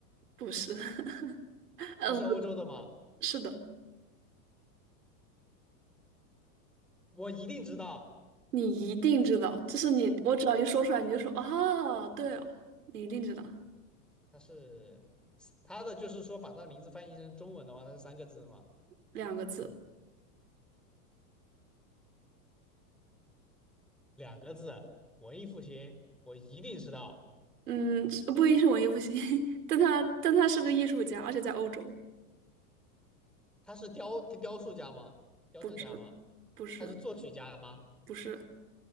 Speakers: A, on the right (about 85°); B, in the centre.
A: 不是，<laughs> 嗯，
B: 他是欧洲的吗？
A: 是的，
B: 我一定知道
A: 你一定知道，就是你，我只要一说出来，
B: 就。
A: 你就说哦，对哦，你一定知道，
B: 他是他的，就是说把他的名字翻译成中文的话，他是三个字吗？
A: 两个字，
B: 两个字，文艺复兴，我一定知道。
A: 嗯，不一定是文艺复兴，<laughs> 但他但他是个艺术家，而且在欧洲，
B: 他是雕雕塑家吗？雕像家吗？
A: 不是，不是，
B: 他是作曲家吗？
A: 不是，